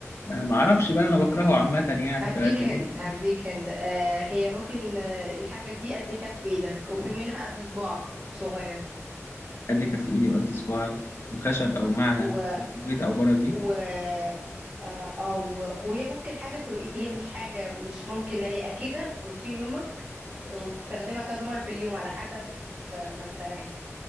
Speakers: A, on the left; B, on the right.
A: أنا ما أعرفش بقى أنا بكرهه عامة يعني
B: هديك
A: فاللي
B: هند
A: جيب
B: هديك هند آه هي ممكن آه الحاجة دي قد كف ايدك وفي منها قد صباعك صغير
A: قد كف إيدي وقد صباعي وخشب أو معدن
B: و,
A: وفي البيت أو بره البيت
B: و... آه او وهي ممكن حاجة في رؤي- هي مش حاجة مش ممكن لا هي أكيدة في روتين يومك وبتستخدمها كذا مرة في اليوم على حسب آه، ما انت يعني